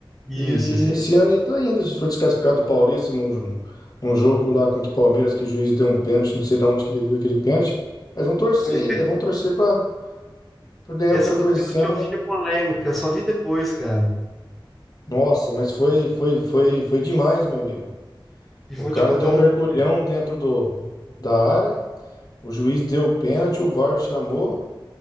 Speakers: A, in the centre; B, on the left (about 45°).
A: Isso,
B: E
A: isso aí.
B: esse ano aí tá indo. Se Foi desclassificado do Paulista num, jo- num jogo lá contra o Palmeiras que o juiz deu um pênalti, não sei de onde que ele viu aquele pênalti. Mas vão torcer
A: Pois
B: aí,
A: é,
B: né? Vão torcer pra, pra ganhar
A: essa
B: alguma
A: do
B: coisa
A: pênalti
B: esse ano,
A: eu vi
B: né?
A: a polêmica, eu só vi depois, cara.
B: Nossa, mas foi, foi, foi, foi demais, meu amigo.
A: E
B: O
A: vou
B: cara
A: te contar
B: deu um
A: uma
B: mergulhão
A: coisa,
B: dentro do, da área, o juiz deu o pênalti, o VAR chamou.